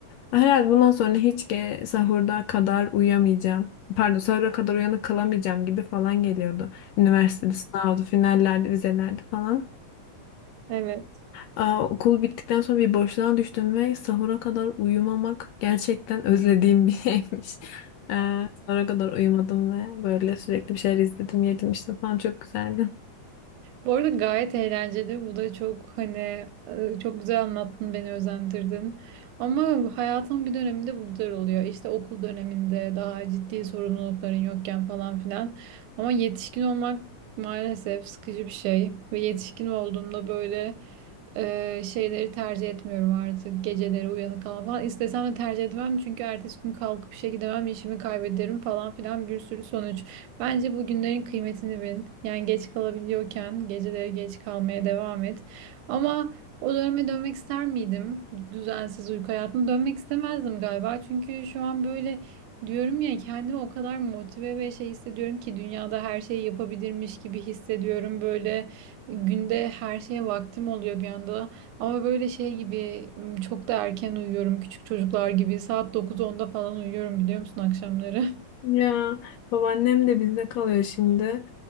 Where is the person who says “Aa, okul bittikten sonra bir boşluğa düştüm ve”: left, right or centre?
Left